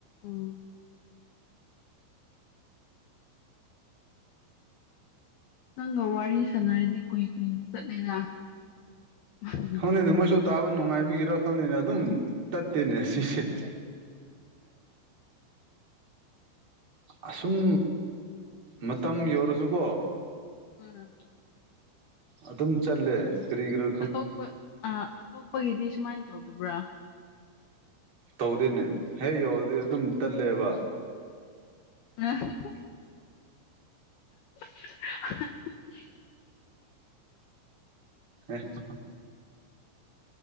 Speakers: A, on the left; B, on the right.
A: ꯎꯝ ꯅꯪꯒ ꯋꯥꯔꯤ ꯁꯥꯟꯅꯔꯗꯤ ꯀꯨꯏ ꯀꯨꯏꯅ ꯆꯠꯂꯦꯗꯥ ꯎ
B: ꯈꯪꯗꯦꯅꯦ ꯃꯣꯏꯁꯨ ꯇꯥꯕ ꯅꯨꯡꯉꯥꯏꯕꯒꯤꯔꯥ ꯈꯪꯗꯦꯅꯦ ꯑꯗꯨꯝ ꯇꯠꯇꯦꯅꯦ ꯁꯤꯁꯦ <inaudible> ꯑꯁꯨꯝ ꯃꯇꯝ ꯌꯧꯔꯁꯨꯀꯣ
A: ꯎꯝ
B: ꯑꯗꯨꯝ ꯆꯠꯂꯦ ꯀꯔꯤ ꯀꯔꯣ
A: ꯑꯇꯣꯞꯄ ꯑ ꯑꯇꯣꯞꯄꯒꯤꯗꯤ ꯁꯨꯃꯥꯏꯅ ꯇꯧꯗꯕ꯭ꯔꯥ
B: ꯇꯧꯗꯦꯅꯦ ꯍꯦꯛ ꯌꯧꯔꯗꯤ ꯑꯗꯨꯝ ꯇꯜꯂꯦꯕ
A: <unintelligible> <inaudible>
B: <inaudible>